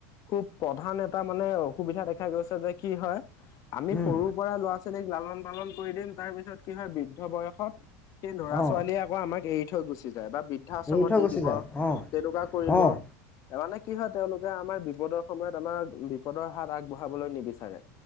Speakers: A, on the left; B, on the left.
A: খুব প্ৰধান এটা মানে অসুবিধা দেখা গৈছে যে কি হয় আমি
B: উম,
A: সৰুৰ পৰা লোৱা ছোৱালীক লালন- পালন কৰি দিম তাৰ পিছত কি হয় বৃদ্ধ বয়সত সেই ল'ৰা- চোৱা
B: অ',
A: ছোৱালীয়ে আকৌ আমাক এৰি থৈ গুচি যায় বা বৃদ্ধাশ্ৰমত
B: এৰি থৈ
A: দি
B: গুচি
A: দিব
B: যায় অ',
A: তেনেকুৱা কৰিব
B: অ',
A: মানে কি হয় তেওঁলোকে আমাৰ বিপদৰ সময়ত আমাৰ বিপদৰ হাত আগবঢ়া চাবলৈ নিবিচাৰে